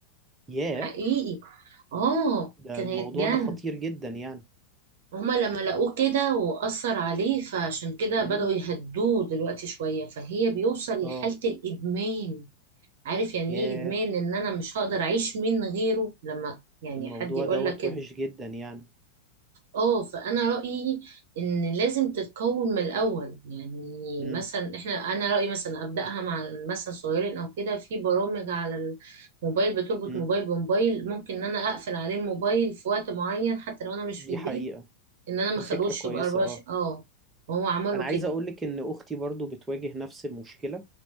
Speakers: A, on the right (about 15°); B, on the right (about 55°).
A: ياه
B: حقيقي اه
A: ده
B: كان
A: الموضوع
B: هيتجنن
A: ده خطير جدا يعني
B: هما لما لقوه كده وأثر عليه فعشان كده
A: امم
B: بدأوا يهدوه دلوقتي شوية فهي بيوصل
A: اه
B: لحالة الإدمان عارف يعني
A: ياه
B: إيه إدمان إن أنا مش هقدر أعيش من غيره لما يعني
A: الموضوع
B: حد يقول
A: دوت
B: لك كده
A: وحش جدا يعني
B: اه فانا رايي ان لازم تتكون من الاول يعني
A: امم
B: مثلا احنا انا رايي مثلا ابداها مع مثلا صغيرين او كده في برامج على الموبايل بتربط
A: امم
B: موبايل بموبايل ممكن ان انا اقفل عليه الموبايل في وقت معين حتى لو انا مش
A: دي
B: في البيت
A: حقيقة
B: ان انا ما
A: دي
B: اخلوش
A: فكرة كويسة
B: يبقى 24
A: اه
B: اه هو عملوا
A: أنا عايز
B: كده
A: أقولك إن أختي برضو بتواجه نفس المشكلة